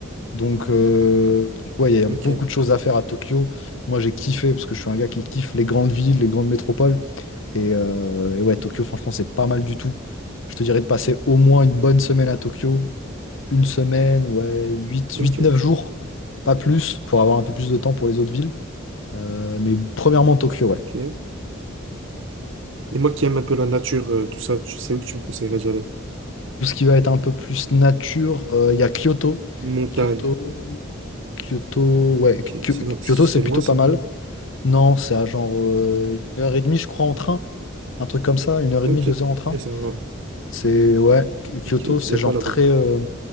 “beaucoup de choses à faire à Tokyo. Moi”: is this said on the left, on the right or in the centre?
Left